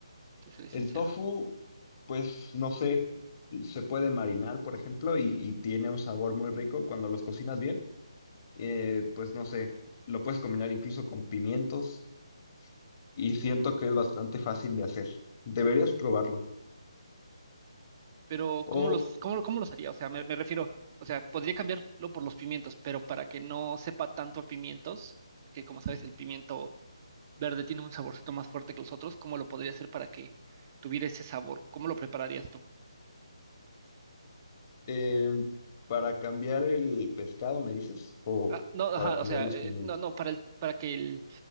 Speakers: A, on the right (about 30°); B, on the left (about 35°).
A: te seré
B: El
A: sincero.
B: tofu, pues no sé, se puede marinar, por ejemplo, y, y tiene un sabor muy rico cuando los cocinas bien. eh, pues no sé, lo puedes combinar incluso con pimientos y siento que es bastante fácil de hacer. Deberías probarlo.
A: pero
B: O
A: ¿cómo los, cómo, cómo los haría? O sea, me, me refiero, o sea, podría cambiarlo por los pimientos, pero para que no sepa tanto a pimientos, que como sabes, el pimiento verde tiene un saborcito más fuerte que los otros, ¿cómo lo podría hacer para que tuviera ese sabor? ¿Cómo lo prepararías tú?
B: eh, para cambiar el pescado, me dices, o
A: Ah, no, ajá,
B: para cambiar
A: o sea,
B: los
A: eh,
B: pimientos.
A: no, no, para el, para que el,